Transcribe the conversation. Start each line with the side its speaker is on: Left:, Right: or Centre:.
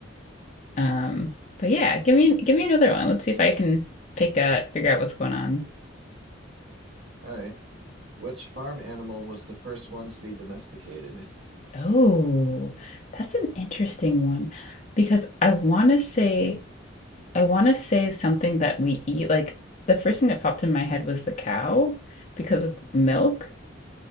Left: Um, but
Right: Mm.
Left: yeah, give me give me another one. Let's see if I can pick a figure out what's going on.
Right: All right. Which farm animal was the first one to be domesticated?
Left: Oh, that's an interesting one because I want to say I want to say something that we eat. Like the first thing that popped in my head was the cow because of milk.